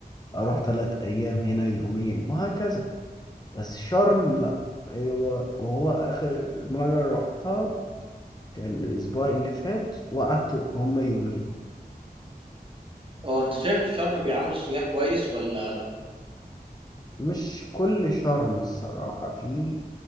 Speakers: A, on the left (about 25°); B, on the right (about 35°).
A: أروح تلات أيام هنا يومين وهكذا بس شرم لأ أيوة وهو آخر مرة رحتها الأسبوع اللي فات وقعدت هما يومين
B: اه انت شايف في شرم بيعاملوا السياح كويس ولا لا؟
A: مش كل شرم الصراحة في